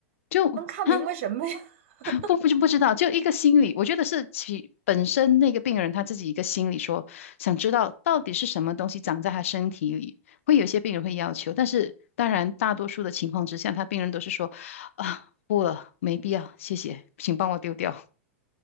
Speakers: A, on the left (about 75°); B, on the right (about 65°).
A: 就他
B: 能看明白什么呀？<laughs>
A: 不不不知道，就一个心理，我觉得是其本身那个病人他自己一个心理说，想知道到底是什么东西长在他身体里，会有一些病人会要求，但是当然大多数的情况之下，他病人都是说啊不了，没必要，谢谢，请帮我丢掉。